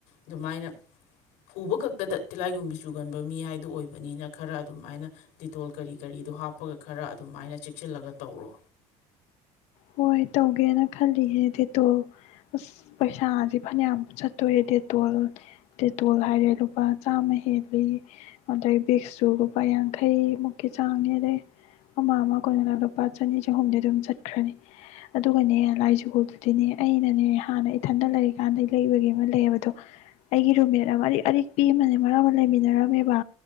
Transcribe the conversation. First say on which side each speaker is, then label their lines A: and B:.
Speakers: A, on the left; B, on the left.
A: ꯑꯗꯨꯃꯥꯏꯅ ꯎꯕ ꯈꯛꯇꯗ ꯇꯤꯂꯥꯏꯒꯨꯝꯕꯤ ꯆꯨꯒꯟꯕ ꯃꯤ ꯍꯥꯏꯗꯨ ꯑꯣꯏꯕꯅꯤꯅ ꯈꯔ ꯑꯗꯨꯝꯥꯏꯅ ꯗꯤꯇꯣꯜ ꯀꯔꯤ ꯀꯔꯤ ꯑꯩꯗꯨꯣ ꯍꯥꯞꯄꯒ ꯈꯔ ꯑꯗꯨꯝ ꯍꯥꯏꯅ ꯆꯦꯛꯁꯤꯜꯂꯒ ꯇꯧꯔꯣ
B: ꯍꯣꯏ ꯇꯧꯒꯦꯅ ꯈꯜꯂꯤꯁꯅꯦ ꯇꯦꯇꯣꯜ ꯑꯁ ꯄꯩꯁꯥꯁꯦ ꯐꯅꯌꯥꯝ ꯆꯠꯇꯣꯏꯔꯦ ꯗꯦꯇꯣꯜ ꯗꯦꯇꯣꯜ ꯍꯥꯏꯔꯦ ꯂꯨꯄꯥ ꯆꯥꯃ ꯍꯦꯜꯂꯤ ꯑꯗꯩ ꯕꯤꯛꯁꯁꯨ ꯂꯨꯄꯥ ꯌꯥꯡꯈꯩꯃꯨꯛꯀꯤ ꯆꯥꯡꯅꯤ ꯑꯗꯩ ꯑꯃ ꯑꯃ ꯀꯅꯅ ꯂꯨꯄꯥ ꯆꯅꯤ ꯆꯍꯨꯝꯗꯤ ꯑꯗꯨꯝ ꯆꯠꯈ꯭ꯔꯅꯤ ꯑꯗꯨꯒꯅꯦ ꯂꯥꯏ ꯖꯨꯒꯣꯜꯗꯨꯗꯤꯅꯦ ꯑꯩꯅꯅꯦ ꯍꯥꯟꯅ ꯏꯊꯟꯗ ꯂꯩꯔꯤꯀꯥꯟꯗ ꯂꯩꯕꯒꯤ ꯑꯃ ꯂꯩꯑꯕꯗꯣ ꯑꯩꯒꯤ ꯔꯨꯝꯃꯦꯠ ꯑꯃ ꯑꯔꯤꯛ ꯑꯔꯤꯛ ꯄꯤ ꯑꯃꯅꯦ ꯃꯔꯛ ꯑꯃ ꯂꯩꯃꯤꯟꯅꯔꯝꯃꯦꯕ